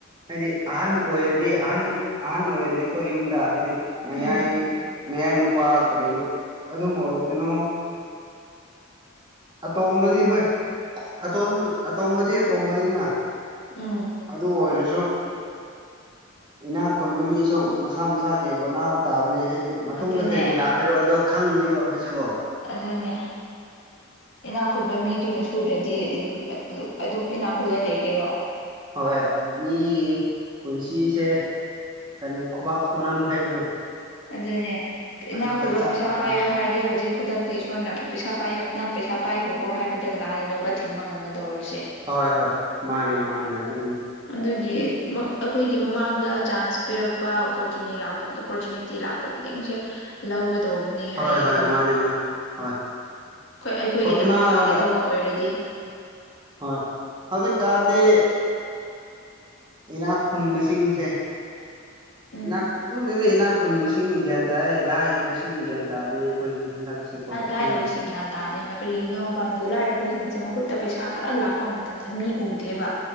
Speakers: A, on the right; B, on the left.
A: ꯍꯥꯏꯗꯤ ꯑꯍꯟ ꯑꯣꯏꯔꯗꯤ ꯑꯍꯟ ꯑꯍꯟ ꯑꯣꯏꯔꯗꯤꯀꯣ ꯌꯨꯝꯗ ꯍꯥꯏꯗꯤ ꯃꯌꯥꯏ
B: ꯎꯝ
A: ꯅꯌꯥ ꯅꯨꯨꯄꯥ ꯀꯔꯤꯅꯣ ꯑꯗꯨꯝ ꯑꯣꯏꯔꯁꯅꯨ ꯑꯇꯣꯝꯕꯗꯤ ꯍꯣꯏ ꯑꯇꯣꯝꯕ ꯑꯇꯣꯝꯕꯗꯤ ꯑꯇꯣꯝꯕꯅꯤꯅ
B: ꯎꯝ
A: ꯑꯗꯨ ꯑꯣꯏꯔꯁꯨ ꯏꯅꯥꯛ ꯈꯨꯟꯕꯒꯤꯁꯨ ꯃꯁꯥ ꯃꯁꯥꯒꯤ ꯍꯣꯠꯅꯕ ꯇꯥꯕꯅꯤ ꯍꯥꯏꯗꯤ ꯃꯇꯨꯡꯗ
B: ꯑꯗꯨꯅꯦ
A: ꯀꯔꯤ ꯂꯥꯛꯄꯤꯔꯣ ꯑꯗꯣ ꯈꯪꯗꯦꯕ ꯑꯩꯈꯣꯏꯁꯤꯕꯣ
B: ꯑꯗꯨꯅꯦ ꯏꯅꯥ ꯈꯨꯨꯠꯕ ꯃꯤꯗꯨꯅ ꯁꯨꯗꯔꯗꯤ ꯑꯗꯨꯝ ꯏꯅꯥꯛ ꯈꯨꯠꯂ ꯂꯩꯒꯦꯔꯣ
A: ꯍꯣꯏ ꯍꯣꯏ ꯃꯤꯒꯤ ꯄꯨꯟꯁꯤꯁꯦ ꯀꯔꯤ ꯈꯨꯕꯛ ꯈꯨꯨꯅꯥꯝ ꯍꯥꯏꯕꯗꯣ
B: ꯑꯗꯨꯅꯦ ꯏꯅꯥ
A: ꯑꯗꯨꯒ
B: ꯈꯨꯜꯂꯣ
A: ꯆꯞ
B: ꯄꯩꯁꯥ
A: ꯃꯥꯟꯅꯩ
B: ꯄꯥꯏꯌꯣ ꯍꯥꯏꯔꯗꯤ ꯍꯧꯖꯤꯛ ꯈꯨꯗꯛꯇꯤ ꯏꯁꯣꯔꯅ ꯄꯩꯁꯥ ꯄꯥꯏꯌꯣ ꯅꯪ ꯄꯩꯁꯥ ꯄꯥꯏꯈ꯭ꯔꯣꯀꯣ ꯍꯥꯏꯕꯗ ꯀꯅꯥꯅꯅꯣꯕ ꯊꯤꯡꯕ ꯉꯝꯒꯗꯧꯔꯤꯁꯦ
A: ꯍꯣꯏ ꯍꯣꯏ ꯃꯥꯅꯦ ꯃꯥꯅꯦ ꯑꯗꯨꯝ
B: ꯑꯗꯨꯒꯤ ꯑꯩꯈꯣꯏꯒꯤ ꯃꯃꯥꯡꯗ ꯆꯥꯟꯁ ꯄꯤꯔꯛꯄ ꯑꯣꯄꯣꯔꯆꯨꯅꯤꯇꯤ ꯂꯥꯛꯄ ꯑꯣꯄꯣꯔꯆꯨꯅꯤꯇꯤ ꯇꯤ ꯂꯥꯛꯄ ꯈꯨꯗꯤꯡꯁꯦ ꯂꯧꯒꯗꯧꯕꯅꯦ
A: ꯍꯣꯏ
B: ꯍꯥꯏꯌꯦꯀꯣ
A: ꯍꯣꯏ ꯃꯥꯅꯦ ꯃꯥꯅꯦ ꯍꯣꯏ
B: ꯈꯣꯏ ꯑꯩꯈꯣꯏꯒꯤꯗꯃꯛ
A: ꯍꯣꯠꯅꯕꯗ
B: ꯐꯥꯒꯗꯧꯕ ꯑꯣꯏꯔꯗꯤ
A: ꯑꯣꯏ ꯍꯧꯖꯤꯛꯀꯥꯟꯗꯤ ꯏꯅꯥꯛ ꯈꯨꯟꯕꯁꯤꯡꯁꯦ
B: ꯎꯝ
A: ꯏꯅꯥꯛ ꯈꯨꯟ ꯑꯗꯨꯅꯤ ꯏꯅꯥꯛ ꯈꯨꯟꯕꯁꯤꯡꯅ ꯒ꯭ꯌꯥꯟ ꯇꯥꯥꯏꯌꯦ ꯂꯥꯏꯔꯕꯁꯤꯡꯅ ꯒ꯭ꯌꯥꯟ ꯇꯥꯗꯦꯅꯦ ꯑꯩꯈꯣꯏꯁꯦ
B: ꯂꯥꯏꯔꯕꯁꯤꯡ
A: ꯈꯪꯗꯦ
B: ꯒ꯭ꯌꯥꯟ ꯇꯥꯗꯦꯕ ꯀꯔꯤꯒꯤꯅꯣꯕ ꯑꯗꯨ ꯂꯥꯏꯔꯕꯁꯤꯡꯁꯦ ꯃꯈꯨꯠꯇ ꯄꯩꯁꯥ ꯈꯔ ꯂꯥꯛꯄ ꯃꯇꯝ ꯃꯤ ꯎꯗꯦꯕ